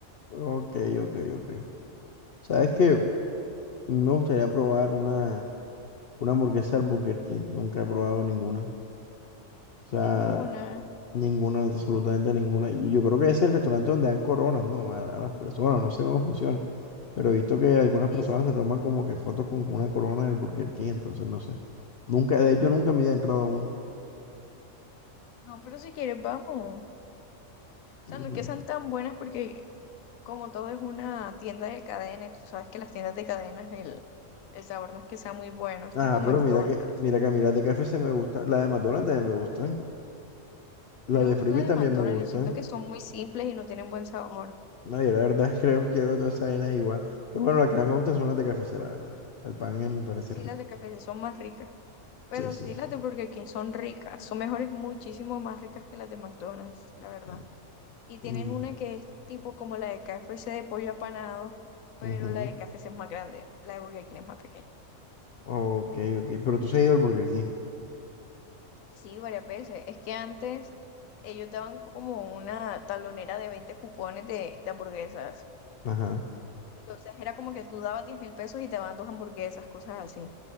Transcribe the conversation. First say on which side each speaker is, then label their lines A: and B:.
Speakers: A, on the left (about 50°); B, on the left (about 80°).
A: Ok, ok, ok. ¿Sabes qué? Me gustaría probar una, una hamburguesa del Burger King. Nunca he probado ninguna. O sea,
B: Ninguna.
A: ninguna, absolutamente ninguna. Y Yo creo que es el restaurante donde dan coronas, ¿no? A, a las personas, no sé cómo funciona. Pero he visto que algunas
B: Sí,
A: personas
B: sí.
A: se toman como que fotos con una corona del Burger King, entonces no sé. Nunca, de hecho, nunca me he entrado a uno.
B: No, pero si quieres, vamos. O sea,
A: Mm.
B: no es que sean tan buenas porque como todo es una tienda de cadena y tú sabes que las tiendas de cadenas el, el sabor no es que sea muy bueno, es
A: Ah,
B: tipo McDonald's.
A: pero mira que, mira que a mí las de KFC me gustan. Las de McDonald's también me gustan. Las
B: A mí no
A: de
B: me gustan
A: Freebie
B: las de
A: también
B: McDonald's,
A: me gustan.
B: yo siento que son muy simples y no tienen buen sabor.
A: No, yo la verdad <laughs> creo que hago todas esas vainas igual. Pero bueno, las que más me gustan son las de KFC, la verdad. El pan eh, me parece
B: Sí,
A: rico.
B: las de KFC son más ricas, pero
A: Sí, sí,
B: sí
A: sí.
B: las de Burger King son ricas, son mejores, muchísimo más ricas que las de McDonald's, la verdad.
A: Mm,
B: Y tienen
A: mm,
B: una que es tipo como la de KFC de pollo apanado, pero
A: ujú.
B: la de KFC es más grande, la de Burger King es más pequeña.
A: Ok, ok. Pero tú se has ido al Burger King.
B: Sí, varias veces. Es que antes ellos daban como una talonera de 20 cupones de, de hamburguesas.
A: Ajá.
B: Entonces era como que tú dabas diez mil pesos y te daban dos hamburguesas, cosas así.